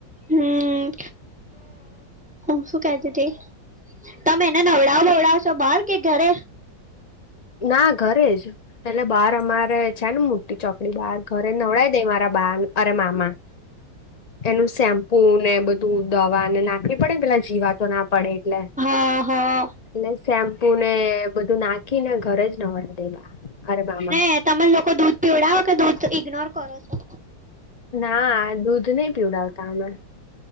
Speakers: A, in the centre; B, on the left.
A: હમ્મ. હું શું કેતી તી તમે એને નવડાવ અવડાવ છો બહાર કે ઘરે
B: ના ઘરે જ એટલે બહાર અમારે છે ને મોટી ચોકડી બાર ઘરે નવડાવી દે મારા બાર અરે મામા <inaudible> એનું શેમ્પુ ને બધું દવા ને નાખવી પડે પેલા જીવાતો ના પડે એટલે.
A: આ હા.
B: એટલે શેમ્પુ ને બધું નાખીને ઘરે જ નવડાવી દેવા <unintelligible>
A: ને તમે લોકો દૂધ પીવડાવો કે દૂધ ઇગ્નોર કરો છો
B: ના દૂધ નઈ પીવડાવતા અમે.